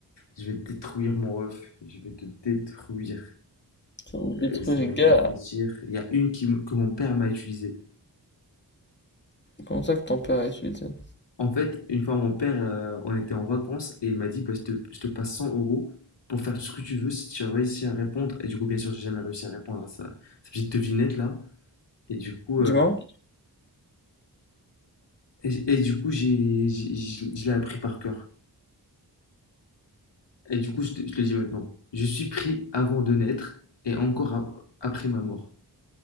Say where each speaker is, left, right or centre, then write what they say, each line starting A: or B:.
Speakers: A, on the left (about 85°); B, on the left (about 25°).
A: je vais détruire mon ref. Je vais te détruire.
B: ça me
A: Laisse-moi
B: détruit les gars.
A: y réfléchir. Il y a une qui, m- que mon père m'a utilisée.
B: Comment ça que ton père est suicide?
A: En fait, une fois, mon père, euh, on était en vacances et il m'a dit, bah, je te, je te passe 100 euros pour faire ce que tu veux si tu réussis à répondre. Et du coup, bien sûr, j'ai jamais réussi à répondre à sa, sa petite devinette là. Et du coup,
B: Dis-moi.
A: euh, et, et du coup, j'ai, j'ai- je je l'ai appris par cœur. Et du coup, je te, je te le dis maintenant. Je suis pris avant de naître et encore ap- après ma mort.